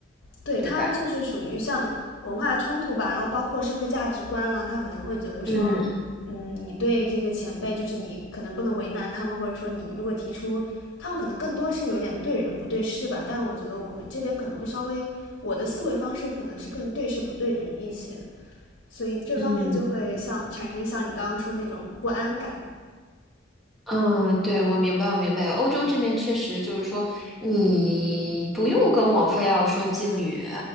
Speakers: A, on the left (about 85°); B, in the centre.
A: 对，
B: 对吧？
A: 他就是属于像文化冲突吧，然后包括社会价值观啊，他可能会觉得说，
B: 嗯
A: 嗯，你对这个前辈，就是你可能不能为难他们，或者说你如果提出，他们可能更多是有点对人不对事吧，但我觉得我们这边可能会稍微，我的思维方式可能是更对事不对人一些，所以这方面就会像产生像你刚刚说那种不安感。
B: 嗯。嗯，对，我明白，我明白。欧洲这边确实就是说，你不用跟我非要说敬语，